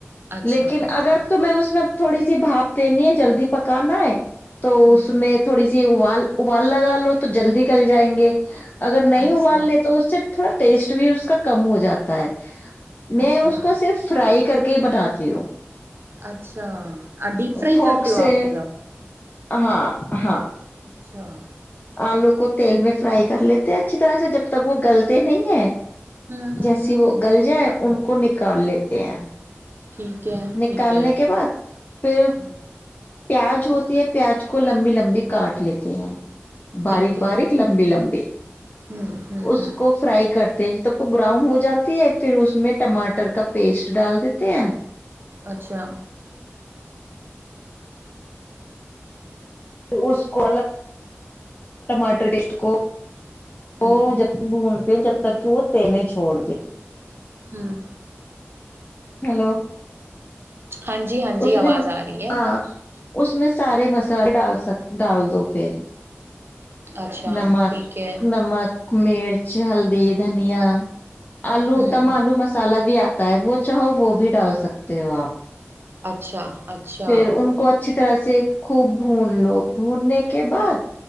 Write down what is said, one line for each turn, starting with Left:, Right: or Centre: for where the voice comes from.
Right: اچھا
Left: لیکن
Right: اچھا
Left: اگر تو میں اس میں تھوڑی سی بھاپ دینی ہے جلدی پکانا ہے تو
Right: ہوں
Left: اس
Right: ہوں
Left: میں تھوڑی سیال ابال لگا لو تو جلدی کل جائیں گے اگر نہیں
Right: اچھا
Left: ابالنے تو اس سے تھوڑا ٹیسٹ بھی اس کا کم ہو جاتا ہے ت <unintelligible> میں
Right: اچھا
Left: اس کو صرف فرائی کر کے ہی بناتی ہو
Right: اچھا ڈیپ فرائی
Left: فوک
Right: کرتے
Left: سے
Right: ہو آپ مطلب
Left: ہاں ہاں
Right: چھ <unintelligible>
Left: آلو کو تیل میں فرائی کر لیتے اچھی طرح سے جب تک وہ گلتے نہیں ہے
Right: ہاں ہاں
Left: جیسی
Right: ہاں
Left: وہ
Right: ہاں
Left: گل جائے ان کو نکال لیتے ہیں
Right: ٹھیک ہے
Left: نکالنے
Right: ٹھیک ہے
Left: کے بعد پھر
Right: ہ
Left: پیاز ہوتی ہے پیاز کو لمبی لمبی کاٹ لیتے ہیں باریک
Right: ٹھیک ہے
Left: باریک لمبی لمبی
Right: ہوں ہوں
Left: اس
Right: ہوں
Left: کو فرائی کرتے ہیں تو وہ براؤن ہو جاتی ہے پھر اس میں ٹماٹر کا پیسٹ ڈال دیتے ہیں
Right: اچھا
Left: اس کو ٹماٹر پسٹ کو
Right: ہوں
Left: وہ جب تک ڈھونڈتے جب تک کہ وہ تینے چھوڑتے
Right: ہوں
Left: ہلو
Right: ہاں جی ہاں جی
Left: اس
Right: آواز
Left: میں
Right: رہی ہے
Left: آ اس میں سے سارے
Right: ہوں
Left: مسالے ڈال سکتے ڈال دو پھر
Right: اچھا
Left: نم
Right: ٹھیک ہے
Left: نم <unintelligible> مرچ ہلدی دھنیا آلو
Right: ہوں
Left: دم آلو مسالا بھی آ ہوتا ہے وہ چاہو وہ بھی ڈال سکتے ہو آپ
Right: اچھا اچھا
Left: پھر ان
Right: ٹھیک
Left: کو اچھی
Right: ہے
Left: طرح سے خوب بھون لو بھوننے کے بعد۔۔